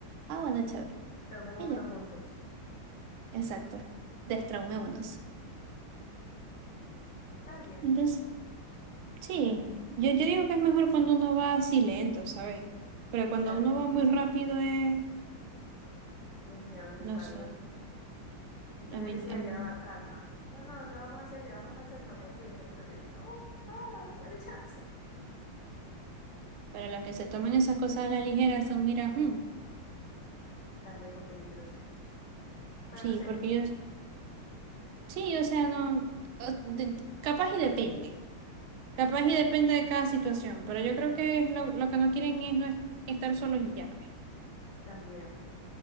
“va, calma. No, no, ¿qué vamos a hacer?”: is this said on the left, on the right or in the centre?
Left